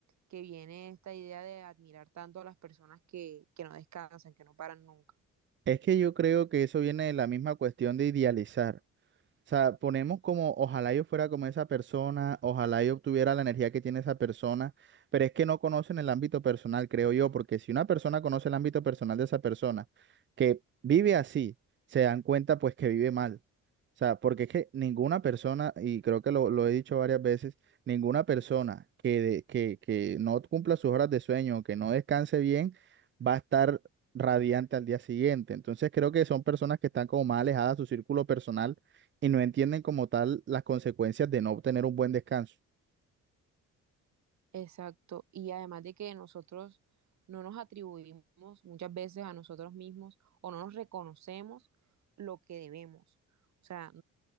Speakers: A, on the right; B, on the right.
A: que viene esta idea de admirar tanto a las personas que, que no descansan, que no paran nunca?
B: Es que yo creo que eso viene de la misma cuestión de idealizar. O sea, ponemos como, ojalá yo fuera como esa persona, ojalá yo obtuviera la energía que tiene esa persona, pero es que no conocen el ámbito personal, creo yo, porque si una persona conoce el ámbito personal de esa persona, que vive así, se dan cuenta pues que vive mal. O sea, porque es que ninguna persona, y creo que lo, lo he dicho varias veces, ninguna persona que, de- que, que no cumpla sus horas de sueño, que no descanse bien, va a estar radiante al día siguiente. Entonces creo que son personas que están como más alejadas de su círculo personal y no entienden como tal las consecuencias de no obtener un buen descanso.
A: Exacto, y además de que nosotros no nos atribuimos muchas veces a nosotros mismos o no nos reconocemos lo que debemos. O sea,